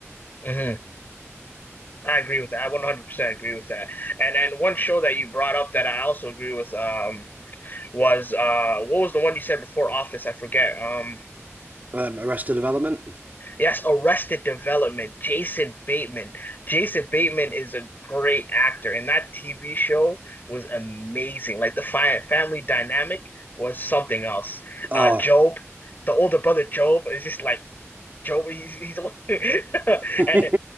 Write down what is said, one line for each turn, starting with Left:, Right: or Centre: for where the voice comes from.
Left: hmm I agree with that. I 100% agree with that. And and one show that you brought up that I also agree with um was uh what was the one you said before Office? I forget. Um.
Right: Um, Arrested Development.
Left: Yes, Arrested Development, Jason Bateman. Jason Bateman is a great actor, and that TV show was amazing. Like the fi family dynamic was something else.
Right: Oh,
Left: Uh, Job, the older brother Job, is just like Job. He's, he's <laughs>
Right: <laughs>
Left: And